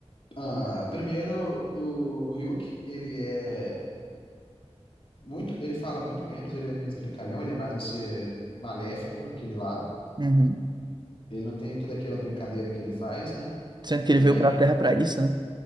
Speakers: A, on the left; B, on the right.
A: ah, primeiro, o Ryuk, ele é muito. Ele fala muito menos, ele é menos brincalhão, ele é mais um ser maléfico naquele lá.
B: Uhum.
A: Ele não tem toda aquela brincadeira que ele faz, né?
B: Sendo que
A: Tudo
B: ele veio
A: bem.
B: pra Terra pra isso, né?